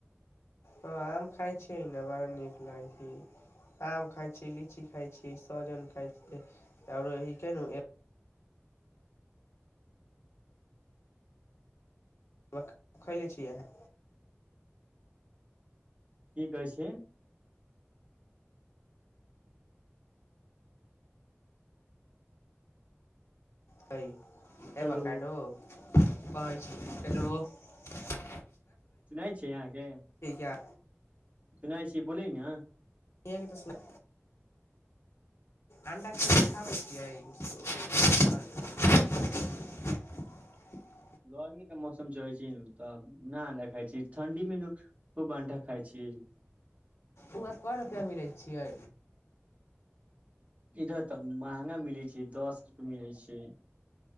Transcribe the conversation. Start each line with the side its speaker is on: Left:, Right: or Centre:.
Left: हँ आम खााय छिये ने बड़ा नीक लागये छै आम खााय छी लीची खााय छी सहजन खाय छी औरे के हिन के नू ऐ तुरंत खैले छियै है
Right: की कहै छिये
Left: क
Right: हेलो
Left: ए बकडोेलो <unintelligible>
Right: सुनेई छियै अहाँके
Left: क्या
Right: सुनाइ छी बोलै ने
Left: कि तऽ सुन <unintelligible> अण्डा क‌‌डी खाबै छियै <unintelligible>
Right: गर्मी के मौसम चले छै तब न अण्डा खाय छै ठंडी मे नू खूब आटा खाय छी
Left: उ <unintelligible> रुपैया मिलै छियै
Right: इधर तऽ महंगा मिलै छै दस रुपे मिलै छै